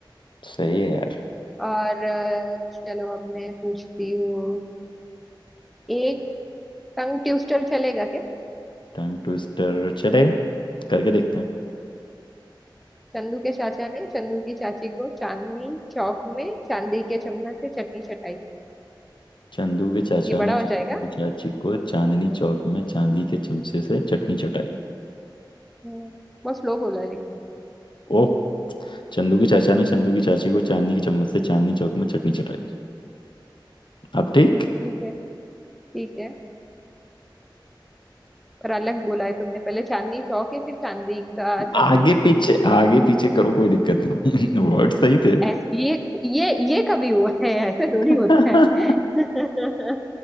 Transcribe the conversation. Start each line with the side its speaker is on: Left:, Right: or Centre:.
Left: सही है यार
Centre: और अ, चलो अब मैं पूछती हूँ एक टंग ट्विस्टर चलेगा क्या
Left: टंग ट्विस्टर चलेगा करके देखते हैं
Centre: चंदू के चाचा ने चंदू की चाची को चांदनी चौक में चांदी के चम्मच से चटनी चटाई
Left: चंदू के चाचा
Centre: ये बड़ा
Left: ने
Centre: हो
Left: चंदू
Centre: जाएगा
Left: की चाची को चांदनी चौक में चांदी के चमचे से चटनी चटाई
Centre: हम्म बहुत स्लो बोला लेकिन
Left: ओह चंदू के चाचा ने चंदू की चाची को चांदनी के चम्मच से चांदनी चौक में चटनी चटाई अब ठीक
Centre: ठीक है ठीक है पर अलग बोला है तुमने पहले चांदनी चौक है फिर चांदी का चम्मच
Left: आगे
Centre: है
Left: पीछे आगे पीछे करो कोई दिक्कत नहीं <laughs> वर्ड सही थे
Centre: ऐसे ये ये ये कभी हुआ है ऐसे थोड़ी
Left: <laughs>
Centre: होता है <laughs>